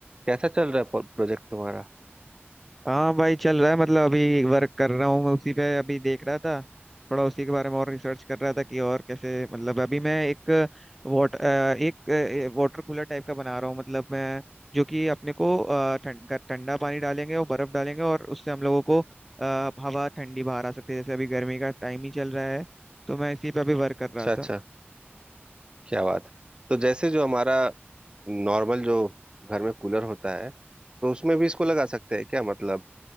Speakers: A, on the right; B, in the centre.
A: कैसा चल रहा है प्रोजेक्ट तुम्हारा
B: हाँ भाई चल रहा है मतलब अभी वर्क कर रहा हूँ मैं उसी पे अभी देख रहा था थोड़ा उसी के बारे में और रिसर्च कर रहा था कि और कैसे मतलब अभी मैं एक वाटर एक वाटर कूलर टाइप का बना रहा हूँ मतलब मैं जो कि अपने को अ, ठंड ठंडा पानी डालेंगे और बर्फ डालेंगे और उससे हम लोगों को अ, हवा ठंडी बाहर आ सकती है जैसे अभी गर्मी का टाइम ही चल रहा है तो मैं इसी पे अभी वर्क कर रहा
A: अच्छा
B: था
A: अच्छा क्या बात है तो जैसे जो हमारा नॉर्मल जो घर में कूलर होता है तो उसमें भी इसको लगा सकते हैं क्या मतलब